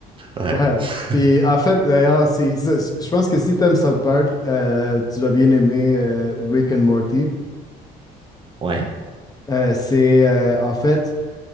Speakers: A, on the right; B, on the left.
A: Ouais.
B: Ouais.
A: <laughs>
B: Puis en fait, d'ailleurs, c'est ça. Je pense que si t'aimes South Park, euh, tu vas bien aimer euh, Rick and Morty.
A: Ouais.
B: Euh, c'est euh, en fait,